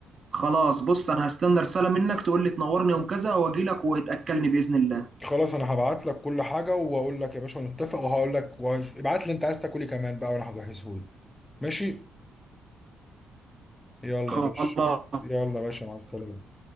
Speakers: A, on the right; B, on the left.
A: خلاص بص انا هستنى رسالة منك تقول لي تنورني يوم كذا واجي لك وتأكلني بإذن الله
B: خلاص انا هبعت لك كل حاجة واقول لك يا باشا نتفق وهقول لك ابعت لي انت عايز تاكل ايه كمان بقى وانا هجهزه لك ماشي يلا
A: خلاص
B: يا باشا يلا يا باشا مع السلامة